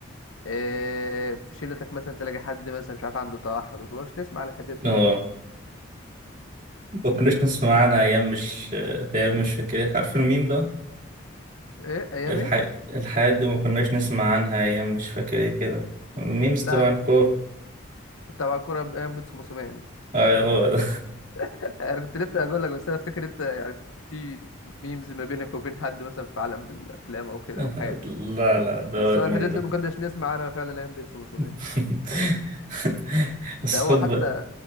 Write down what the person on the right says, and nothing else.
اه
ما كناش نسمع عنها ايام مش ايام مش فاكر إيه. عارف الميم ده
الح...
الحاجات دي ما كناش نسمع عنها ايام مش فاكر ايه كده الميمز
تبع
الكور
ايوه هو ده
<laughs>
لا لا ده
هو الميم
ده
<laughs> بس
خد
بقى